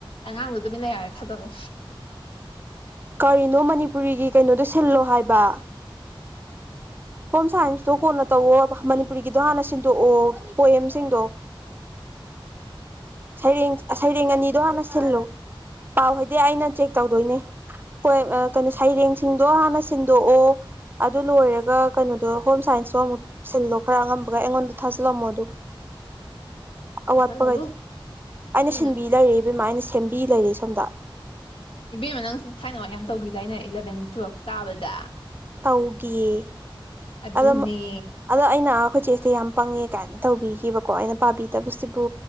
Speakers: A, on the left (about 75°); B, on the right (about 25°).
A: ꯑꯉꯥꯡꯗꯣ ꯑꯗꯨꯃꯤꯟꯅ ꯌꯥꯔꯦ ꯊꯥꯗꯠꯂꯣ
B: ꯀꯔꯤꯅꯣ ꯃꯅꯤꯄꯨꯔꯤꯒꯤ ꯀꯩꯅꯣꯗꯣ ꯁꯤꯜꯂꯣ ꯍꯥꯏꯕ ꯍꯣꯝ ꯁꯥꯏꯟꯁꯇꯣ ꯀꯣꯟꯅ ꯇꯧꯋ ꯃꯅꯤꯄꯨꯔꯤꯒꯤꯗꯣ ꯍꯥꯟꯅ ꯁꯤꯟꯗꯣꯛꯑꯣ ꯄꯣꯦꯝꯁꯤꯡꯗꯣ
A: <unintelligible>
B: ꯁꯩꯔꯦꯡ ꯁꯩꯔꯦꯡ ꯑꯅꯤꯗꯣ ꯍꯥꯟꯅ ꯁꯤꯜꯂꯨ ꯄꯥꯎ ꯍꯥꯏꯗꯤ ꯑꯩꯅ ꯆꯦꯛ ꯇꯧꯗꯣꯏꯅꯦꯣꯏ ꯀꯩꯅꯣ ꯁꯩꯔꯦꯡꯁꯤꯡꯗꯣ ꯍꯥꯟꯅ ꯁꯤꯟꯗꯣꯛꯑꯣ ꯑꯗꯨ ꯂꯣꯏꯔꯒ ꯀꯩꯅꯣꯗꯣ ꯍꯣꯝ ꯁꯥꯏꯟꯁꯁꯨ ꯑꯃꯨꯛ ꯁꯤꯜꯂꯣ ꯈꯔ ꯑꯉꯝꯕꯒ ꯑꯩꯉꯣꯟꯗ ꯊꯥꯖꯤꯜꯂꯝꯃꯣ ꯑꯗꯨꯒ ꯑꯋꯥꯠꯄꯈꯩꯗꯣ
A: ꯊꯥꯖꯜꯍꯜꯂꯨ
B: ꯑꯩꯅ
A: ꯎꯝ
B: ꯁꯤꯟꯕꯤ ꯂꯩꯔꯦ ꯏꯕꯦꯝꯃꯥ ꯑꯩꯅ ꯁꯦꯝꯕꯤ ꯂꯩꯔꯦ ꯁꯣꯝꯗ
A: ꯏꯕꯦꯝꯃ ꯅꯪꯁꯨ ꯊꯥꯏꯅ ꯋꯥ ꯌꯥꯝ ꯇꯧꯈꯤꯗꯥꯏꯅꯦ ꯏꯂꯚꯦꯟ ꯇꯨꯋꯦꯜꯞ ꯀꯥꯕꯗ
B: ꯇꯧꯒ
A: ꯑꯗꯨꯅꯦ
B: ꯑꯗ ꯑꯗꯣ ꯑꯩꯅ ꯀꯣꯏꯆꯦꯁꯦ ꯌꯥꯝ ꯄꯪꯉꯦ ꯀꯥꯏꯅ ꯇꯧꯕꯤꯈꯤꯕꯀꯣ ꯑꯩꯅ ꯄꯥꯕꯤꯗꯕꯁꯤꯕꯨ